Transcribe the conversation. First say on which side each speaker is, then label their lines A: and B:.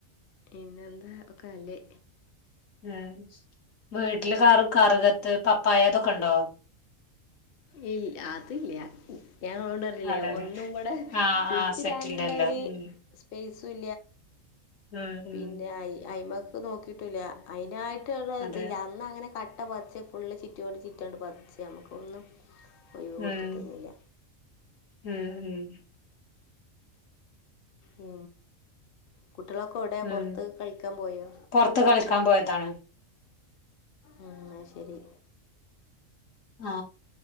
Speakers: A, on the left; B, on the left.
A: പിന്നെന്താ ഒക്കെ നല്ലേ
B: ഉം വീട്ടില് കറ കറുകത്ത് പപ്പായ അതൊക്കെ ഉണ്ടോ
A: ഉം അതില്ല ഞാൻ ഇങ്ങളോട് പറഞ്ഞില്ലെ
B: അതെ അതെ
A: ഒന്നും ഇവിടെ
B: ആഹ്
A: കുയ്ച്ചിടാനുള്ള
B: ആഹ് സെറ്റിൽഡ് അല്ല
A: ഒരു
B: ഉം
A: സ്പേസ്
B: ഉം ഉം
A: പിന്നെ അയ്മക്ക് നോക്കിട്ടില്ല അയിനായിട്ട് ച
B: അതെ
A: ഇതില്ല അന്ന് അങ്ങനെ കട്ട പതിച് ഫുള്ള് ചിറ്റോഡ് ചിറ്റും പറിച്ച് നമുക്ക് ഒന്നും ഒഴിവ്
B: ഉം
A: കൊടുത്തിട്ടൊന്നില്ല
B: ഉം ഉം
A: ആ കുട്ടികളൊക്കെ എവിടെ
B: ഉം
A: പൊറത്ത് കളിക്കാൻ പോയോ
B: പൊറത്ത് കളിക്കാൻ പോയതാണ്
A: ഉം അയ്ശരി
B: ആ